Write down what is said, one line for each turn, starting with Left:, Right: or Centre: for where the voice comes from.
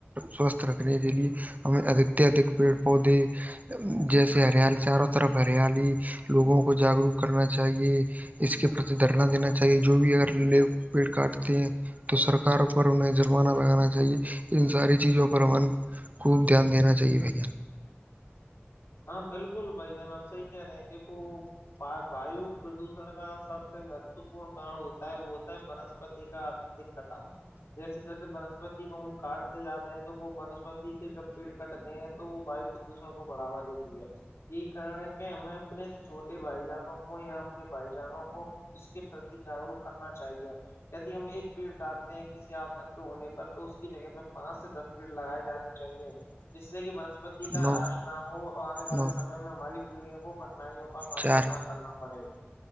Right: سوستھ رکھنے کے لیے ہمیں ادک سے ادھک پیڑ پودے جیسے ہریالی چاروں طرف ہریالی لوگوں کو جاگروک کرنا چاہیے اس کے پرتی دھرنا دینا چاہیے جو بھی اگر ل پیڑ کاٹتے ہیں تو سرکار پر انہیں جرمانہ لگانا چ چاہیے ان ساری چیزوں پر من خوب دھیان دینا چاہیے بان
Left: ہاں بالکل بھائی جان آپ صحی کہہ رہے ہیں دیکھو وایو پردوشن کا سب سے مہتوپورن کڈ ہوتا ہے وہ ہوتا ہے بنسپتی کا دقٹ آ جیسے جیسے بنسپتی کو ہم کاٹتے جاتے ہیں تو وہ ونسپتی کے جب پیڑ کٹتے ہیں تو وہ واو دوشروں کو بڑا دی یہی کارن ہے کہ ہمیں اپنے سے چھوٹے بھائی جانوں کو یا اپنے بھائی جانوں کو اس کے پرتی جاگروک کرنا چاہیے یدی ہم ایک پیڑ کاٹتے ہیں کسی آشکت ہونے پر تو اس کی جگہ میں پانچ سے تصویر لگائے جانانی چاہیے جس سے کہ بنسپتی کا
Right: نو
Left: راش نہ ہو تو آنے والے
Right: نو
Left: سمے میں ہماری پیڑھیوں کو کٹھنائیوں کا سامنا
Right: چار
Left: نہ کرنا پڑے